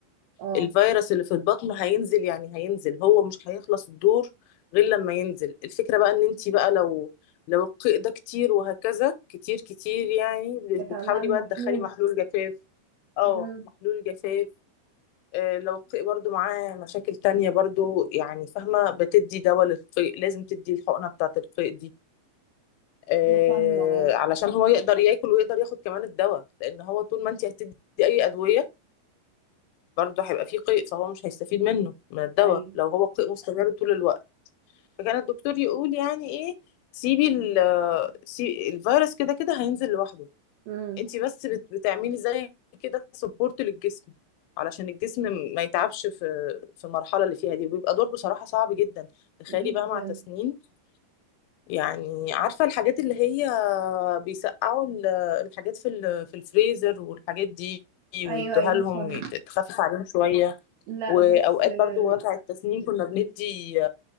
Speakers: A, on the right; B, on the left.
A: اه
B: الفيروس اللي في البطن هينزل يعني هينزل هو مش هيخلص الدور غير لما ينزل الفكره بقى ان انت بقى لو لو القيء ده كتير وهكذا كتير كتير يعني
A: اتعمل
B: بتحاولي
A: له
B: بقى
A: محلول
B: تدخلي محلول جفاف اه
A: امم
B: محلول جفاف آه، لو القيء برضو معاه مشاكل تانية برضو يعني فاهمة بتدي دواء للقيء لازم تدي الحقنة بتاعة القيء دي آه،
A: انا فاهمه اه
B: علشان هو يقدر ياكل ويقدر ياخد كمان الدواء لأن هو طول ما انت هتدي أي أدوية برضو هيبقى فيه قيء فهو مش هيستفيد منه من الدواء
A: ايوه
B: لو هو قيء مستمر طول الوقت فكان الدكتور يقول يعني إيه سيبي ال- سي- الفيروس كده كده هينزل لوحده
A: امم
B: انت بس بت- بتعملي زي كده سبورت للجسم علشان الجسم ما يتعبش في في المرحله اللي فيها دي وبيبقى دور بصراحه صعب جدا تخيلي
A: جدا
B: بقى مع تسنين يعني عارفه الحاجات اللي هي بيسقعوا ال- الحاجات في ال- في الفريزر والحاجات دي
A: ايوه
B: ويدوها
A: ايوه
B: لهم
A: فاهمه
B: يت- تخفف عليهم شويه
A: لا
B: واوقات
A: بس آه،
B: برضو وجع التسنين كنا بندي